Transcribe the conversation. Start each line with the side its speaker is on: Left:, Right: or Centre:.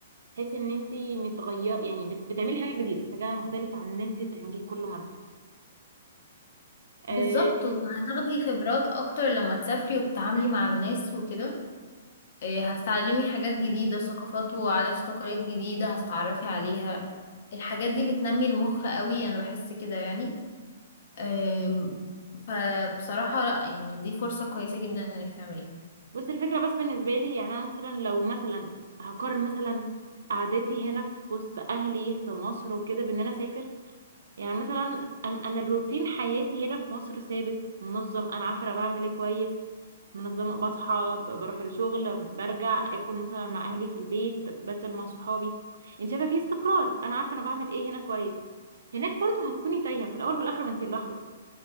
Right: تحسي ان انت متغير يعني بت- بتعملي حاجه جديده حاجه مختلفه عن ان انت بتعمليه كل مره آه،
Left: بالظبط وهتاخدي خبرات اكتر لما تسافري وتتعاملي مع الناس وكده إيه، هتتعلمي حاجات جديده ثقافات وعادات وتقاليد جديده هتتعرفي عليها الحاجات دي بتنمي المخ قوي انا بحس كده يعني أم، فبصراحه لا يعني دي فرصه كويسه جدا انك تعمليها
Right: بس الفكرة بس بالنسبة لي يعني أنا مثلا لو مثلا هقارن مثلا قعدتي هنا في وسط أهلي في مصر وكده بإن أنا أسافر يعني مثلا أن- أنا الروتين حياتي هنا في مصر ثابت منظم أنا عارفة أنا بعمل إيه كويس منظمة بصحى ب- بروح الشغل برجع أكل مثلا مع أهلي في البيت بنزل مع صحابي أنت شايفة في استقرار أنا عارفة أنا بعمل إيه هنا كويس هناك برضه هتكوني تايهة في الأول في الآخر ما أنت لوحدك